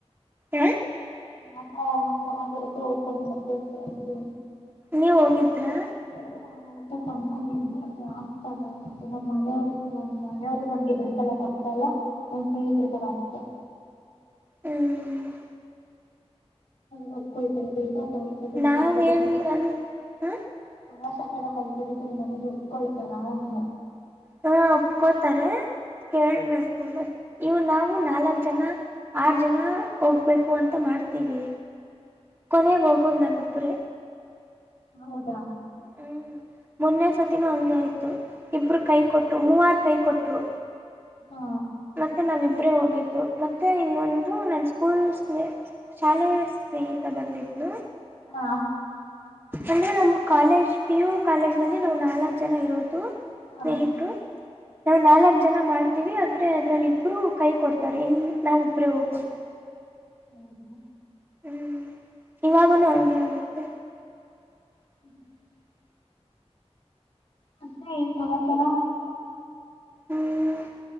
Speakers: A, on the right (about 20°); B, on the left (about 75°).
A: ಹ
B: ವಾತವರಣ ಸಮನ್ನಾಗಿರುತ್ತ ಹೋಗ ಬಂದತು
A: ನೀವ್ ಹೋಗಿದ್ರಾ
B: ಎಲ್ಲ ಹೋಗ್ಬೇಕು ಅನ್ಕೊಂಡಿದೀನಿ ಆದ್ರೆ ಆಗ್ತದೆ ಆಯ್ತು ನಮ್ಮ್ ಮನೆಯವರು ನಮ್ಮ್ ಮನೆಯವರು ನಮಗೆ ಬೆಂಬಲ ಕೊಡ್ತಲ್ಲ ಒ ಸುಂಗಿತರೆ ಕೂಡ ಆಗ್ತ
A: ಹ್ಮ್
B: ಮಬ್ಕ ಇತ ಬಗ ಕಸತ
A: ನಾವೇನು ಅನ್ ಹ
B: ಪ್ರವಾಸಕ್ಕೆಲ್ಲ ಕಲ್ಸೋದಕ್ಕೆ ನಿಮ್ ಮನೆೇ್ ಒಪ್ಕೊಳ್ತಾರಾ ಅಂದ
A: ಹ್ಮ ಒಪ್ಕೋತಾರೆ ಕೇಳ್ಬೇಕು ಮ ಇವು ನಾವು ನಾಲ್ಕ್ ಜನ ಆರ್ ಜನ ಹೋಗ್ಬೇಕು ಅಂತ ಮಾಡ್ತೀವಿ ಕೊನಾಗ ಹೋಗ್ಬೋದ್ ನಾವಿಬ್ರೆ
B: ಹೌದಾ
A: ಹ್ಮ್ ಮೊನ್ನೆ ಸರ್ತಿನೂ ಹಂಗ ಆಯ್ತು ಇಬ್ರು ಕೈ ಕೊಟ್ರು ಮೂವಾರ ಕೈ ಕೊಟ್ರು
B: ಹಾ
A: ಮತ್ತೆ ನಾವಿಬ್ರೇ ಹೋಗಿದ್ದು ಮತ್ತೆ ಇನ್ನೊಂದು ನನ್ನ ಸ್ಕೂಲ್ ಸ್ನೇ ಶಾಲೆಯ ಸ್ನೇಹಿತ ಬಂದಿದ್ಳು
B: ಹಾ
A: ಅಂದ್ರೆ ನಮ್ ಕಾಲೇಜ್ ಪಿ ಯು ಕಾಲೇಜ್ ನಲ್ಲಿ ನಾವು ನಾಲ್ಕ ಜನ ಇರೋದು
B: ಹಾಂ
A: ಸ್ನೇಹಿತರು ನಾವು ನಾಲ್ಕ ಜನ ಮಾಡ್ತೀವಿ ಆದ್ರೆ ಅದ್ರಲ್ಲಿ ಇಬ್ರು ಕೈ ಕೊಡ್ತಾರೆ ಇನ್ ನಾವ ಇಬ್ರೇ ಹೋಗ್ಬೋದು
B: ಹೌದಾ
A: ಹ್ಮ್ ಇವಾಗನುೂ ಹಂಗೆ ಆಗುತ್ತೆ
B: ಹ್ಮ್ <inaudible> ಮತ್ತೆ ಏನ್ ಸಮಾಚಾರ
A: ಹ್ಮ್